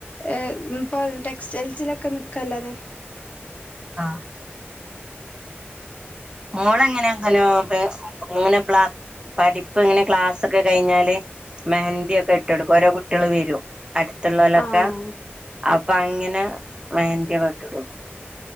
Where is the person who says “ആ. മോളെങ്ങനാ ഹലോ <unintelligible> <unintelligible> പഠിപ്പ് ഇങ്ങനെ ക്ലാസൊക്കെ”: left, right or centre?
Right